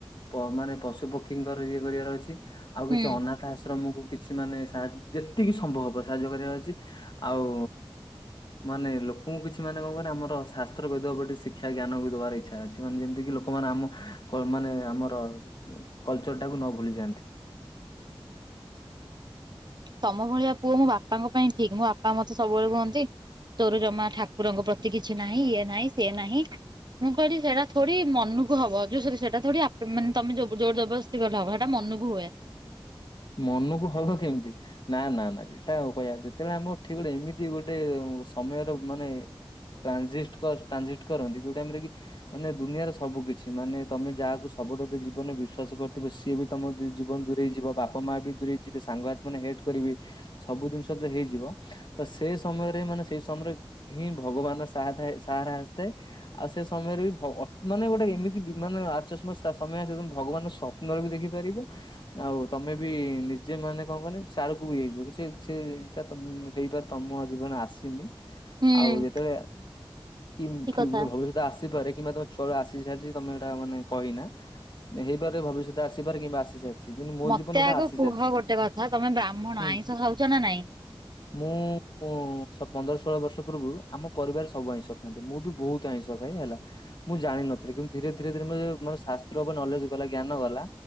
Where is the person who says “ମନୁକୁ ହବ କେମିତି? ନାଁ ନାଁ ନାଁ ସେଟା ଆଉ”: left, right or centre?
Left